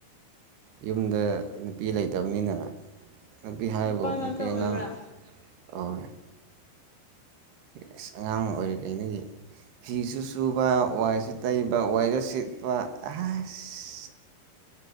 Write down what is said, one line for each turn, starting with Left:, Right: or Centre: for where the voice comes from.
Right: ꯌꯨꯝꯗ ꯅꯨꯄꯤ ꯂꯩꯇꯕꯅꯤꯅ ꯅꯨꯄꯤ ꯍꯥꯏꯕꯨ
Left: ꯅꯨꯄꯥ ꯉꯥꯛꯇ
Right: ꯅꯨꯄꯤ
Left: ꯑꯣꯏꯕ꯭ꯔꯥ
Right: ꯑꯉꯥꯡ ꯑꯣ ꯑꯁ ꯑꯉꯥꯡ ꯑꯣꯏꯔꯤꯉꯩꯗꯒꯤ ꯐꯤꯁꯨ ꯁꯨꯕ ꯋꯥꯏꯁꯨ ꯇꯩꯕ ꯋꯥꯏꯁꯨ ꯁꯤꯠꯄ ꯑꯁ꯫